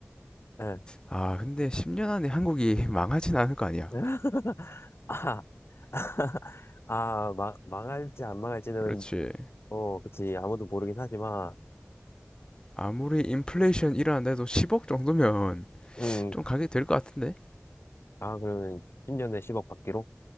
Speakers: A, on the left; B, on the left.
A: 아.
B: 아, 근데 10년 안에 한국이 <laughs> 망하진 않을 거 아니야.
A: <laughs> 아, <laughs> 아, 망, 망할지 안 망할지는,
B: 그렇지.
A: 어, 그치, 아무도 모르긴 하지만,
B: 아무리 인플레이션 일어난다 해도 10억 정도면 <laughs>
A: 음,
B: 좀 가게 될 것 같은데?
A: 아, 그러면 10년에 10억 받기로?